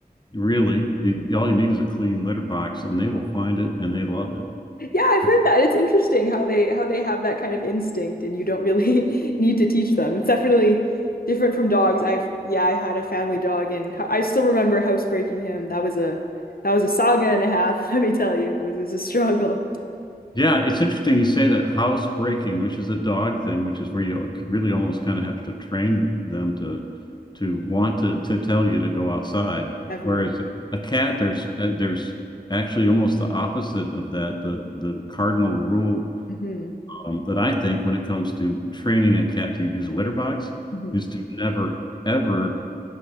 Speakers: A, on the left; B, on the left.
A: Really, it, all you need is a clean litter box, and they will find it and they love it.
B: Yeah, I've heard that. It's interesting how they how they have that kind of instinct and you don't really <laughs> need to teach them. It's definitely different from dogs. I've yeah, I had a family dog and ho I still remember housebreaking him. That was a that was a saga and a half, <laughs> let me tell you. It was it was a struggle.
A: Yeah, it's interesting you say that house breaking, which is a dog thing, which is where you really almost kind of have to train them to to want to to tell you to go outside.
B: <laughs> Definitely.
A: Whereas a cat, there's uh, there's actually almost the opposite of that, the the cardinal rule
B: hmm
A: um, that I think when it comes to training a cat to use a litter box
B: hmm
A: is to never ever